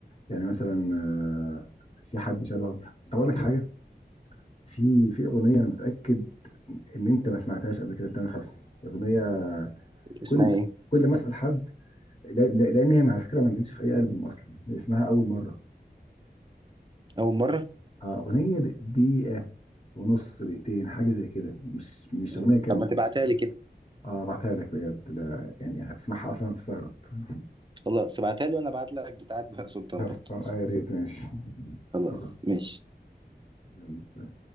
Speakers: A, on the left; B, on the right.
A: يعني مثلا آه، في حد شبهه طب اقول لك حاجه في في اغنيه انا متاكد ان انت ما سمعتهاش قبل كده لتامر حسني اغنيه
B: اسمها
A: كل
B: ايه
A: كل ما اسال حد لا- لا- لان هي على فكره ما نزلتش في اي البوم اصلا اسمها اول مره
B: اول مره
A: آه، اغنيه د- دقيقه ونص دقيقتين حاجه زي كده مش مش
B: مم.
A: اغنيه كامله
B: طب ما تبعتها لي كده
A: اه بعتها لك بجد لا يعني هتسمعها اصلا هتستغرب <laughs>
B: خلاص ابعتها لي وانا ابعت لك بتاعت بهاء سلطان
A: بس
B: برضه
A: طب آه، يا ريت ماشي <laughs>
B: خلاص
A: خلاص
B: ماشي
A: يلا